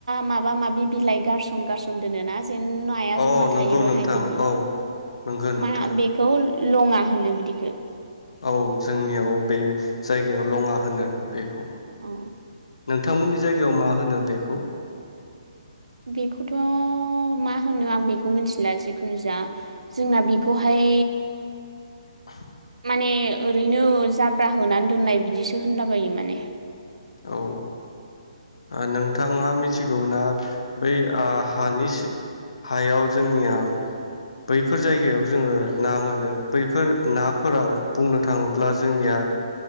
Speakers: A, on the right; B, on the left.
A: माबा माबि बिलाइ गारसन गारसन दोनोना? जेन' नाया
B: औ
A: जमा
B: नंगौ
A: थायो बाहाय
B: नोंथां
A: बिदि
B: औ नंगौ नोंथां
A: मा बेखौ लङा होनो बिदिखो
B: औ जोंनियाव बे जाय गायाव लङा होनो। बेखौ
A: अ
B: नोंथांमोननि जायगायाव मा होनो बेखौ
A: बेखौथ' मा होनो आं बेखौ मिथिला जिखुनु जा जोंना बेखौहाय
B: <inaudible>
A: माने ओरैनो जाब्रा होनानै दोननाय बिदिसो होनलाबायो माने।
B: औ नोंथाङा मिथिगौना बै हानि हायाव जोंनिया बैफोर जायगायाव जोङो ना मोनो बैफोर नाफोराव बुंनो थाङोब्ला जोंनिया